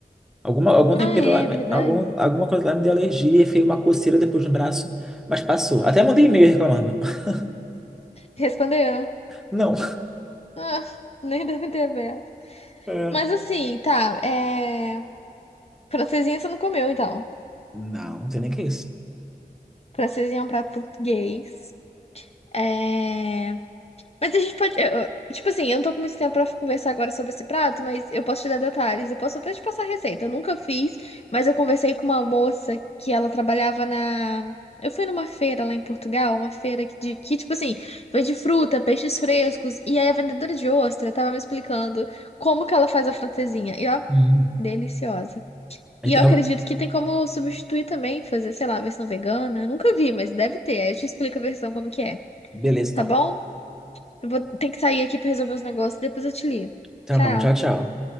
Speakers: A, in the centre; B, on the left.
A: Alguma, algum
B: Ah,
A: tempero
B: é,
A: lá, me-
B: verdade.
A: algum, alguma coisa lá me deu alergia e fez uma coceira depois no braço, mas passou. Até mandei e-mail reclamando. <laughs>
B: Respondeu.
A: Não.
B: Ah, nem deve ter aberto.
A: É.
B: Mas assim, tá, é. Francesinha você não comeu, então.
A: Não, não sei nem o que é isso.
B: Francesinha é um prato português. É... Mas a gente pode. eu- eu- tipo assim, eu não tô com muito tempo pra conversar agora sobre esse prato, mas eu posso te dar detalhes e posso até te passar a receita. Eu nunca fiz, mas eu conversei com uma moça que ela trabalhava na. Eu fui numa feira lá em Portugal, uma feira que, de, que, tipo assim, vende fruta, peixes frescos. E aí a vendedora de ostra tava me explicando como que ela faz a francesinha. E ó,
A: Hum.
B: deliciosa.
A: Então,
B: E eu acredito que tem como substituir também, fazer, sei lá, a versão vegana. Eu Nunca vi, mas deve ter. Aí eu te explico a versão como que é.
A: beleza, então.
B: Tá bom? Eu vou ter que sair aqui pra resolver os negócios, depois eu te ligo.
A: Tá
B: Tchau.
A: bom, tchau, tchau.